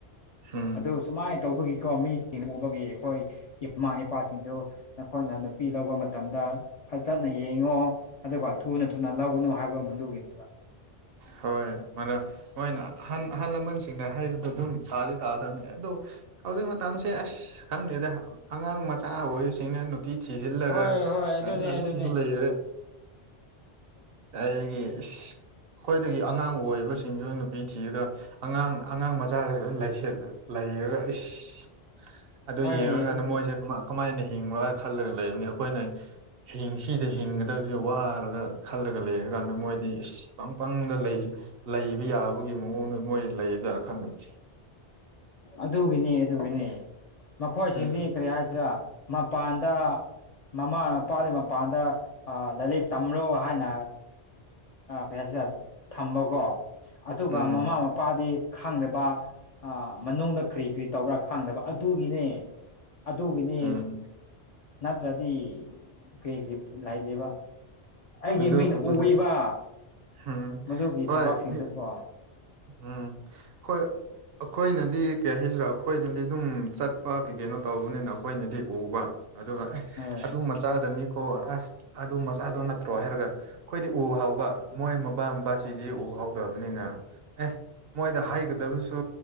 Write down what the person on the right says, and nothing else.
ꯎꯝ
ꯍꯣꯏ ꯃꯗ ꯃꯣꯏꯅ ꯑ ꯑꯍꯜ ꯂꯃꯟꯁꯤꯡꯅ ꯍꯩꯕꯗꯣ ꯑꯗꯨꯝ ꯇꯥꯗꯤ ꯇꯥꯗꯕꯅꯤ ꯑꯗꯨꯝ ꯍꯧꯖꯤꯛ ꯃꯇꯝꯁꯦ ꯑꯁ ꯈꯪꯗꯦꯗ ꯑꯉꯥꯡ ꯃꯆꯥ ꯑꯣꯏꯔꯤꯁꯤꯡꯅ ꯅꯨꯄꯤ ꯊꯤꯖꯤꯜꯂꯒ
ꯑꯗꯨꯝꯕꯁꯨ
ꯂꯩꯔꯦ ꯑꯩꯒꯤ ꯑꯩꯈꯣꯏꯗꯒꯤ ꯑꯉꯥꯡ ꯑꯣꯏꯕꯁꯤꯡꯗꯨ ꯅꯨꯄꯤ ꯊꯤꯔꯒ ꯑꯉꯥꯡ ꯑꯉꯥꯡ ꯃꯆꯥ ꯂꯩ ꯄꯔꯒ ꯏꯁ ꯑꯗꯨ
ꯌꯦꯡꯉꯀꯥꯟꯗ
ꯃꯣꯏꯁꯦ ꯑꯗꯨ ꯀꯃꯥꯏꯅ ꯍꯤꯡꯕꯣ ꯍꯥꯏꯅ ꯈꯜꯂꯒ ꯂꯩꯕꯅꯤ ꯑꯩꯈꯣꯏꯅ ꯍꯤꯡꯁꯤꯗ ꯍꯤꯡꯒꯗꯕꯁꯦ ꯋꯥꯔꯒ ꯈꯜꯂ ꯐꯒꯠꯂꯛꯑꯦ ꯀꯥꯟꯗ ꯃꯣꯏꯗꯤ ꯄꯪ ꯄꯪꯗ ꯂꯩ ꯂꯩꯕ ꯌꯥꯕꯒꯤ ꯃꯑꯣꯡꯗ ꯃꯣꯏ ꯂꯩꯗꯥꯔ ꯈꯪꯅꯅꯤ
ꯎꯝ
ꯎꯝ
ꯎꯝ
ꯑꯗꯨꯒꯨꯝꯕꯗ
ꯎꯝ
ꯍꯣꯏ
ꯃꯤ ꯎꯝ ꯑꯩꯣꯏ ꯑꯩꯈꯣꯏꯅꯗꯤ ꯀꯩ ꯍꯥꯏꯁꯤꯔꯥ ꯑꯩꯈꯣꯏꯅꯗꯤ ꯑꯗꯨꯝ ꯆꯠꯄ ꯀꯩ ꯀꯩꯅꯣ ꯇꯧꯕꯅꯤꯅ ꯑꯩꯈꯣꯏꯅꯗꯤ ꯎꯕ ꯑꯗꯨꯒ
ꯑꯗꯨ ꯃꯆꯥꯗꯅꯤ ꯀꯣ ꯑꯁ ꯑꯗꯨ ꯃꯆꯥꯗꯣ ꯅꯠꯇ꯭ꯔꯣ ꯍꯥꯏꯔꯒ ꯑꯩꯈꯣꯏꯗꯤ ꯎ ꯍꯥꯎꯕ ꯃꯣꯏ ꯑꯄꯥꯝꯄꯥꯁꯤꯗꯤ
ꯎ ꯍꯥꯎꯗꯕꯅꯤꯅ ꯑꯦ ꯃꯣꯏꯗ ꯍꯥꯏꯒꯗꯕꯁꯨ